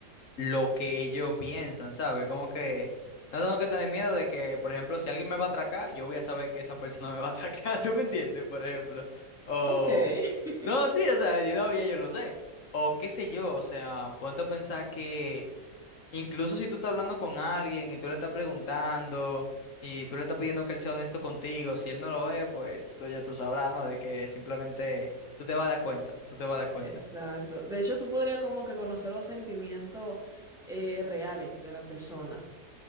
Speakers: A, on the left; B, in the centre.
A: lo que ellos piensan, ¿sabes? Como que no tengo que tener miedo de que, por ejemplo, si alguien me va a atracar, yo voy a saber que esa persona me va a atracar. <laughs> ¿Tú me entiendes? Por ejemplo. O...
B: Ok, <laughs>
A: No, sí, o sea, yo, no, ya yo lo sé. O qué sé yo, o sea, ponte a pensar que Incluso si tú estás hablando con alguien y tú le estás preguntando y tú le estás pidiendo que él sea honesto contigo, si él no lo es, pues tú ya tú sabrás, ¿no? De que simplemente tú te vas a dar cuenta, tú te vas a dar cuenta.
B: exacto. De hecho, tú podrías como que conocer los sentimientos eh, reales de la persona.